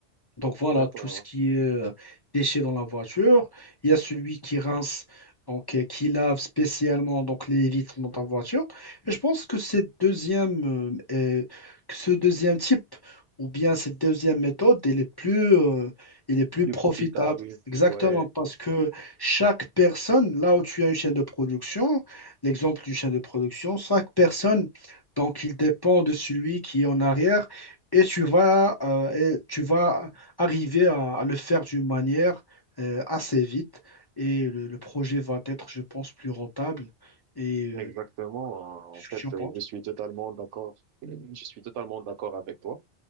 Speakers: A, on the left; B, on the right.
A: donc voilà,
B: d'accord.
A: tout ce qui est euh, déchets dans la voiture. Il y a celui qui rince, donc euh, qui lave spécialement donc les vitres dans ta voiture. Et je pense que cette deuxième, euh, euh, que ce deuxième type ou bien cette deuxième méthode, elle est plus, euh, elle est plus
B: Plus
A: profitable.
B: profitable.
A: Exactement,
B: Ouais,
A: parce que chaque personne, là où tu as une chaîne de production, l'exemple d'une chaîne de production, chaque personne, donc il dépend de celui qui est en arrière et tu vas, euh, et tu vas arriver à, à le faire d'une manière euh, assez vite et le, le projet va être, je pense, plus rentable. Et euh,
B: exactement.
A: qu'est-ce
B: En fait,
A: que tu en penses?
B: je suis totalement d'accord. Je suis totalement d'accord avec toi